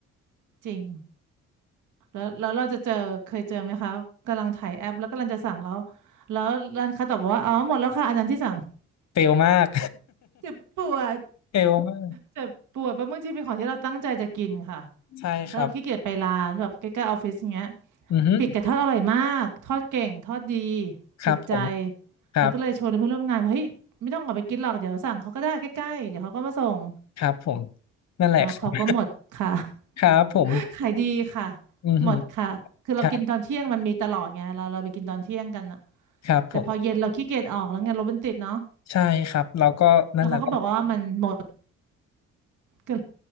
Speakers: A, on the right; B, on the left.
A: จริงแล้วแล้วเราจะเจอเคยเจอไหมคะกำลังถ่ายแอปแล้วกำลังจะสั่งแล้วแล้วร้านค้าตอบบอกว่าอ๋อหมดแล้วค่ะอันนั้นที่สั่ง
B: เฟลมาก
A: เจ็บปวด
B: <laughs> เฟลมาก
A: เจ็บปวดเพราะบางทีเป็นของที่เราตั้งใจจะกินค่ะ
B: ใช่ครับ
A: แล้วเราขี้เกียจไปร้านแบบใกล้ๆออฟฟิศอย่างเงี้ย
B: อือฮึ
A: ปีกไก่ทอดอร่อยมากทอดเก่งทอดดี
B: ครับผม
A: ติดใจ
B: ครับ
A: แล้วก็เลยชวนเพื่อนร่วมงานว่าเฮ้ยไม่ต้องออกไปกินหรอกเดี๋ยวสั่งเขาก็ได้ใกล้ๆเดี๋ยวเขาก็มาส่ง
B: ครับผมนั่นแหละครับ
A: แล้วเขาก็หมดค่ะ
B: <laughs> ครับผม
A: <laughs> ขายดีค่ะ
B: อือหือ
A: หมดค่ะคือเรากินตอนเที่ยงมันมีตลอดไงเราเราไปกินตอนเที่ยงกันอะ
B: ครับครับผม
A: แต่พอเย็นเราขี้เกียจออกแล้วไงรถมันติดเนาะ
B: ใช่ครับเราก็นั่นแหละก็
A: แล้วเขาก็บอกว่ามันหมดก็เลย